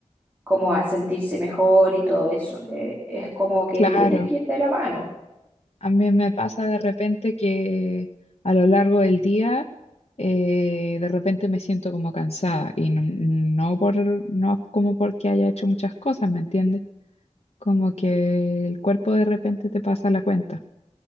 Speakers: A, on the right; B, on the left.
A: como a sentirse mejor y todo eso. Eh, es como que
B: Claro,
A: tiene que ir de la mano.
B: a mí me pasa de repente que a lo largo del día, eh, de repente me siento como cansada y no, no por, no como porque haya hecho muchas cosas, ¿me entiendes? Como que el cuerpo de repente te pasa la cuenta.